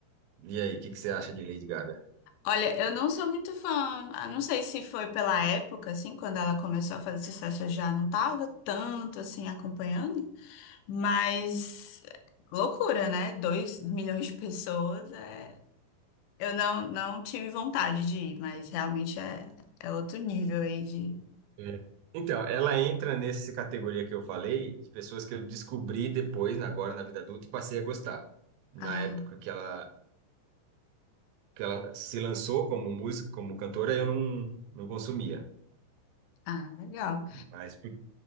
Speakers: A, on the right; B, on the left.
A: E aí, o que que você acha de Lady Gaga?
B: Olha, eu não sou muito fã. ah, Não sei se foi pela época, assim, quando ela começou a fazer sucesso, eu já não tava tanto assim acompanhando. Mas loucura, né? 2 milhões de pessoas é... Eu não, não tive vontade de ir, mas realmente é, é outro nível aí de.
A: É. Então, ela entra nessa categoria que eu falei, de pessoas que eu descobri depois, na- agora na vida adulta, e passei a gostar. Na
B: Ah,
A: época que ela, que ela se lançou como música, como cantora, eu não, não consumia.
B: ah, legal.
A: Mas, por-